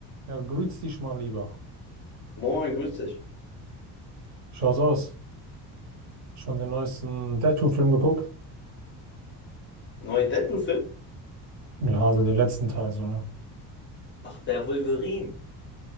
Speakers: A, on the right; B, on the left.
A: Ja, grüß dich mal lieber.
B: Moin, grüß dich.
A: Schaut's aus. Schon den neuesten Deadpool-Film geguckt?
B: Neuen Deadpool-Film?
A: Ja, also den letzten Teil, so, ne?
B: Ach, der Wolverine.